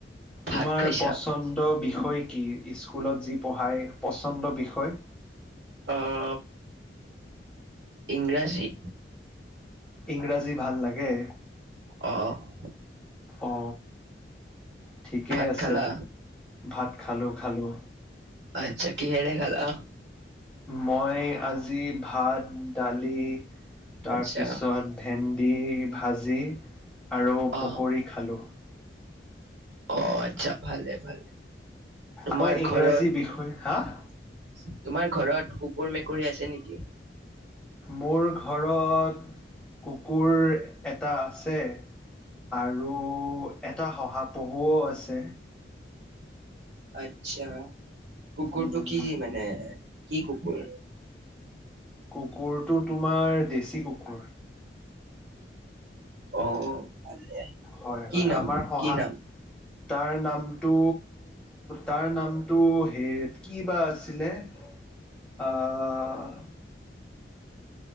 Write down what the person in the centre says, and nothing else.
তোমাৰ
পচন্দ বিষয় কি? স্কুলত যি পঢ়াই পচন্দ বিষয়।
ইংৰাজী ভাল লাগে।
অ, ঠিকেই
আছে,
ভাত খালো -খালো।
মই আজি ভাত দালি, তাৰপিছত
ভেন্দি ভাজি, আৰু
পকৰি খালোঁ
মই ইংৰাজী
বিষয় হা
মোৰ ঘৰত কুকুৰ এটা আছে। আৰু এটা শহাপহুও আছে।
উম
কুকুৰটো তোমাৰ দেছি কুকুৰ।
হয়
হয়
আমাৰ শহা
তাৰ নামটো তাৰ নামটো হে কিবা আছিলে।
অ'